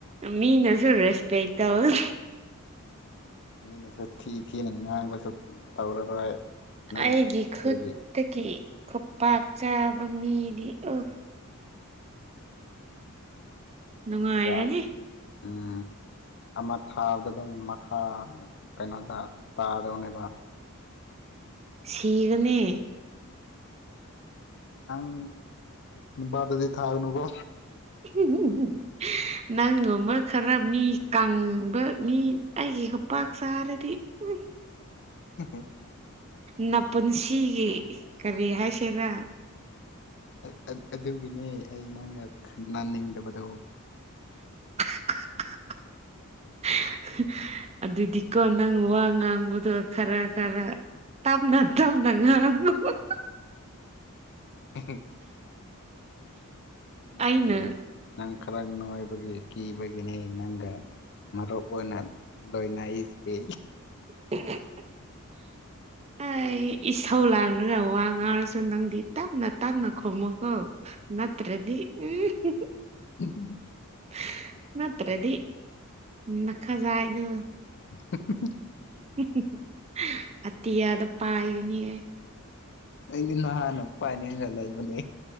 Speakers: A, on the right; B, on the left.
A: ꯃꯤꯅꯖꯨ ꯔꯦꯁꯄꯦꯛ ꯇꯧꯔ
B: ꯃꯤꯅꯁꯨ ꯊꯤ ꯊꯤꯅ ꯉꯥꯡꯕꯁꯨ ꯇꯧꯔꯔꯣꯏ ꯅꯪ
A: ꯑꯩꯒꯤ
B: ꯀꯤꯕꯒꯤ
A: ꯈꯨꯠꯇꯒꯤ ꯈꯨꯄꯥꯛ ꯆꯥꯕ ꯃꯤꯗꯤ ꯑꯣ ꯅꯨꯡꯉꯥꯏꯔꯅꯤ
B: ꯌꯥꯝ ꯎꯝ ꯑꯃ ꯊꯥꯕꯗ ꯑꯗꯨꯝ ꯃꯈꯥ ꯀꯩꯅꯣꯗꯥ ꯇꯥꯗꯧꯅꯦꯕꯥ
A: ꯁꯤꯒꯅꯤ
B: ꯅꯪ ꯅꯨꯄꯥꯗꯨꯗꯤ ꯊꯥꯒꯅꯨꯀꯣ
A: ꯍꯨꯝ ꯍꯨꯝ ꯍꯨꯝ ꯅꯪꯒꯨꯝꯕ ꯈꯔ ꯃꯤ ꯀꯪꯕ ꯃꯤ ꯑꯩꯒꯤ ꯈꯨꯄꯥꯛ ꯆꯥꯔꯗꯤ ꯎꯝ
B: ꯍꯨꯍꯨ
A: ꯅꯥꯄꯨꯟꯁꯤꯒꯤ ꯀꯔꯤ ꯍꯥꯏꯁꯦꯔꯥ
B: ꯑꯥ ꯑꯥ ꯑꯗꯨꯒꯤꯅꯦ ꯑꯩ ꯅꯪꯒ ꯈꯪꯅꯥꯅꯤꯡꯗꯕꯗꯣ
A: <unintelligible> ꯑꯗꯨꯗꯤꯀꯣ ꯅꯪ ꯋꯥ ꯉꯥꯡꯕꯗꯣ ꯈꯔ ꯈꯔ ꯇꯥꯞꯅ ꯇꯞꯅ ꯉꯥꯡꯉꯣ <unintelligible>
B: <unintelligible> ꯅꯪꯕꯨ
A: ꯑꯩꯅ
B: ꯅꯪ ꯈꯔ ꯅꯣꯏꯕꯒꯤ ꯀꯤꯕꯒꯤꯅꯦ ꯅꯪꯒ ꯃꯔꯨꯞ ꯑꯣꯏꯅ ꯂꯣꯏꯅꯩꯁꯤ
A: <unintelligible> ꯑꯩ ꯏꯁꯧ ꯂꯥꯡꯂ ꯋꯥ ꯉꯥꯡꯔꯁꯨ ꯅꯪꯗꯤ ꯇꯞꯅ ꯇꯞꯅ ꯈꯨꯝꯃꯨꯀꯣ ꯅꯠꯇ꯭ꯔꯗꯤ ꯎꯝ ꯍꯨꯝ ꯍꯨꯝ
B: <unintelligible>
A: <unintelligible> ꯅꯠꯇ꯭ꯔꯗꯤ ꯅꯈꯖꯥꯏꯗꯣ
B: <unintelligible>
A: ꯍꯨꯝ ꯍꯨꯝ ꯑꯇꯤꯌꯥꯗ ꯄꯥꯏꯒꯅꯤꯌꯦ
B: ꯑꯩꯗꯤ ꯅꯍꯥꯟꯅ ꯄꯥꯏꯅꯤꯡꯒ ꯂꯩꯕꯅꯦ